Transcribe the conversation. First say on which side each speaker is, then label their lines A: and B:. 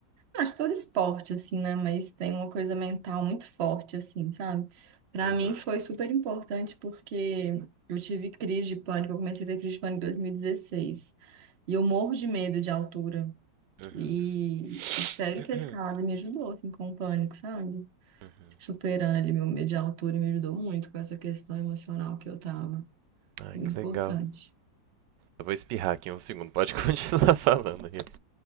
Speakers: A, on the right; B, on the right.
A: Acho todo esporte, assim, né? Mas tem uma coisa mental muito forte, assim, sabe? Pra
B: Uhum,
A: mim foi super importante porque eu tive crise de pânico. Eu comecei a ter crise de pânico em 2016. E dezesseis. E eu morro de medo de altura.
B: uhum.
A: E,
B: <clears throat>
A: e sério que a escalada me ajudou, assim, com o pânico, sabe?
B: Uhum.
A: Tipo, Superando ali meu medo de altura me ajudou muito com essa questão emocional que eu tava.
B: Ai,
A: Muito
B: que
A: importante.
B: legal. Eu vou espirrar aqui um segundo, pode <laughs> continuar falando aí.